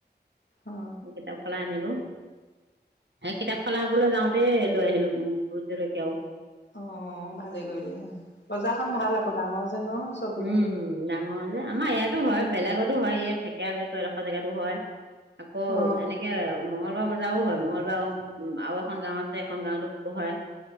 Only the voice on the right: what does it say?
কিতাপখনো আনিলো এ কিতাপ সলাবলৈ যাওঁতে লৈ আহিলো ভোটজলকীয়াও আৰু
উম ডাঙৰ যে আমাৰ ইয়াতো হয় বেলেগতো হয় ইয়াত থ ক বুলি কয় এডখৰ জেগাটো হয় আকৌ
এনেকে মঙ্গলবাৰ বজা আও হয় মংগলবাৰ আও এখন গাঁও আছে এখন গাঁওতো হয়